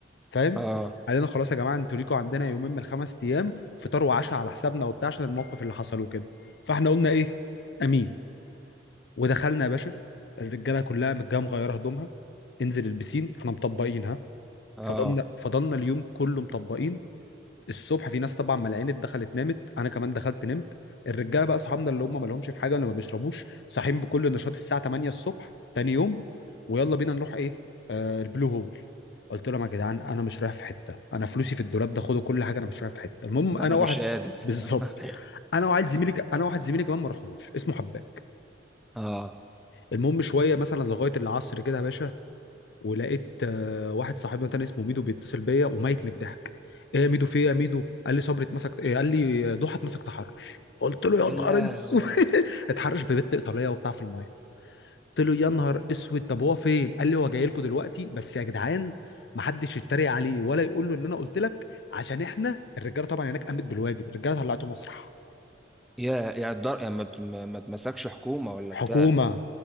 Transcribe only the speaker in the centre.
اه
اه
انا
مش قادر
<laughs>
اه
يا
لهوي
يا يا الدر يا ما ت- ما ما تمسكش حكومة ولا
بتاع